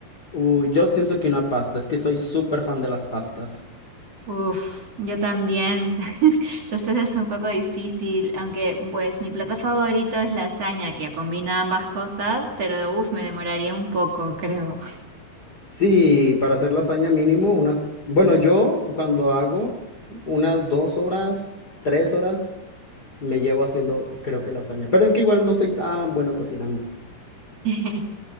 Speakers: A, on the left; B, on the right.
A: Uh, yo siento que una pasta, es que soy súper fan de las pastas.
B: Uf, yo también. <laughs> Entonces es un poco difícil, aunque pues mi plato favorito es lasaña, que combina ambas cosas, pero uf, me demoraría un poco, creo.
A: Sí, para hacer lasaña mínimo, unas... Bueno, yo cuando hago unas dos horas, tres horas, me llevo haciendo, creo que lasaña. Pero es que igual no soy tan bueno cocinando.
B: <laughs>